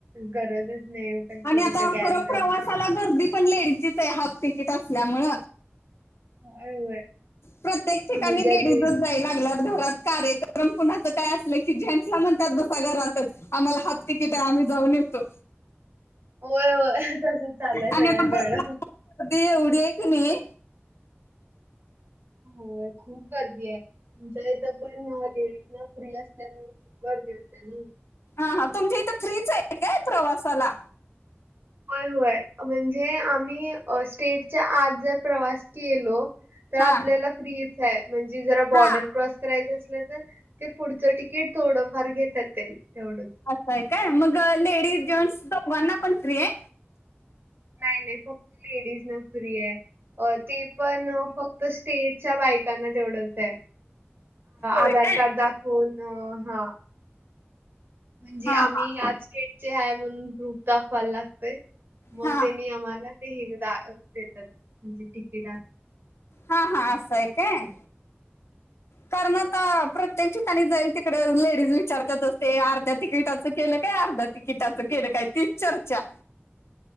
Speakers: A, on the right; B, on the left.
A: गरजच नाही का तर,
B: आणि आता
A: कुठं कॅरी
B: खरं
A: करायच्या,
B: प्रवासाला गर्दी पण लेडीजच आहे, हाफ तिकीट असल्यामुळे.
A: होय, होय,
B: प्रत्येक ठिकाणी
A: म्हणजे
B: लेडीजच
A: लेडीज
B: जाय लात घरात कार्यक्रम कुणाचं काय असलं की जेंट्सला म्हणतात बसा घरात आम्हाला हाफ तिकीट आहे आम्ही जाऊन येतो
A: होय होय तसच चाललंय सगळ्यांकड
B: आणि आता बसला गर्दी एवढी आहे की नाही,
A: होय, खूप गर्दी आहे, आमच्या इथं पण लेडीज ना फ्री असते. गर्दी होते ना,
B: हा, हा तुमच्या इथं फ्री च आहे काय? प्रवासाला,
A: होय होय म्हणजे आम्ही स्टेटच्या आज जर प्रवास केलो तर
B: हा
A: आपल्याला फ्रीच आहे म्हणजे जरा बॉर्डर
B: हा
A: क्रॉस करायचं असलं तर ते पुढच तिकीट थोडंफार घेतात त्यां तेवढंच
B: असं आहे काय मग लेडीज जेंट्स
A: हो.
B: दोघांना पण फ्री आहे
A: नाही नाही फक्त लेडीज ना फ्री आहे ते पण फक्त त स्टेटच्या बायकांना तेवढंच आहे
B: होय
A: आधार
B: काय
A: कार्ड दाख होन हा म्हणजे
B: हा
A: आम्ही
B: हा
A: ह्याच स्टेटचे आहे म्हणून ग्रुप दाखवायला लागतो मग
B: हा
A: तेनी आम्हाला ते देतात म्हणजे तिकीट
B: हा हा अस येतय कारण आता प्रत्येक ठिकाणी जाईल तिकड लेडीज विचारतात असते अर्ध्या तिकिटाचं केलं काय अर्ध्या तिकिटाचं केलं काय ती चर्चा